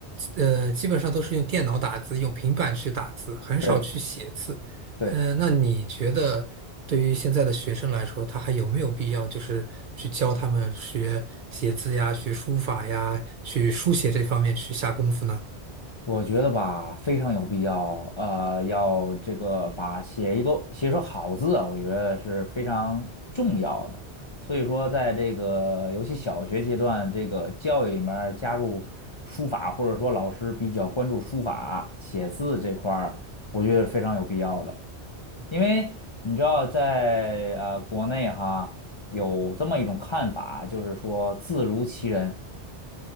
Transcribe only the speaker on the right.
呃，基本上都是用电脑打字，用平板去打字，很少去写字。
呃，那你觉得对于现在的学生来说，他还有没有必要就是去教他们学写字呀、学书法呀、去书写这方面去下功夫呢？